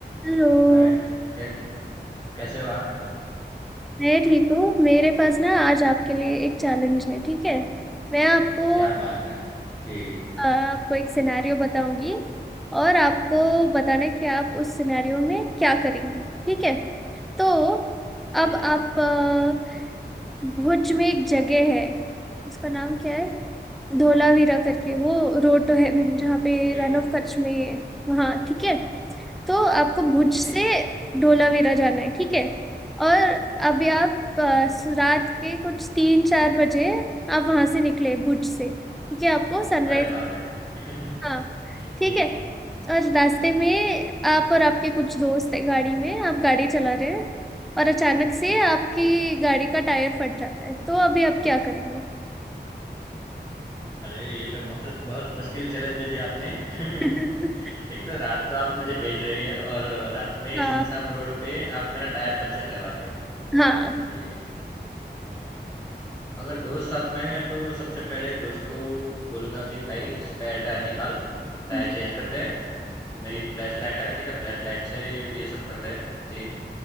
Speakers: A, in the centre; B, on the left.
A: Hello
B: हाय कै, कैसे हो आप
A: मैं ठीक हूँ मेरे पास ना आज आपके लिए एक चैलेंज है ठीक है मैं आपको
B: क्या बात है जी
A: अ, आपको एक सिनेरियो बताऊंगी और आपको बताना है कि आप उस सिनेरियो में क्या करेंगे ठीक है तो
B: जी
A: अब
B: जी
A: आप अ, भुज में एक जगह है उसका नाम क्या है धोलावीरा करके वो रोड तो है जहाँ पे
B: जी
A: रन ऑफ कच्छ में है वहाँ ठीक है तो आपको भुज
B: जी
A: से धोलावीरा जाना है ठीक है और अभी आप अ, रात के कुछ तीन चार बजे आप वहां से निकले भुज से क्योंकि आपको सनराइज
B: अरे बाप रे
A: हाँ
B: <laughs>
A: ठीक
B: जी
A: है और रास्ते में आप और आपके कुछ दोस्त है गाड़ी में आप गाड़ी चला रहे हैं और अचानक से आपकी गाड़ी का टायर फट जाता है तो अभी आप क्या करेंगे
B: अरे ये तो बहुत बहुत मुश्किल चैलेंज दे दिया आपने <laughs>
A: <laughs>
B: एक तो रात को आप मुझे भेज रही है और रात में
A: हाँ
B: सुमसाम रोड पे आप मेरा टायर पंचर करवा रही है
A: हाँ
B: जी अम, अगर दोस्त साथ में है तो सबसे पहले दोस्त को बोलूंगा कि भाई स्पेयर टायर निकाल टायर
A: जी
B: चेंज करते हैं मेरी फ्लैश लाइट है ठीक है फ्लैश लाइट से ये सब करते हैं चेंज